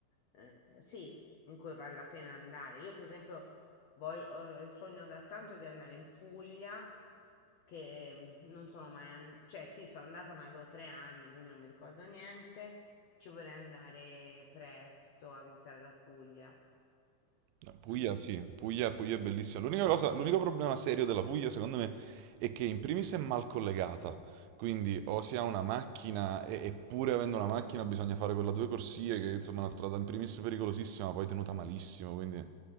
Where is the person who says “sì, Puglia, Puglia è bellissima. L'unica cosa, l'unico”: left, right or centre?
Right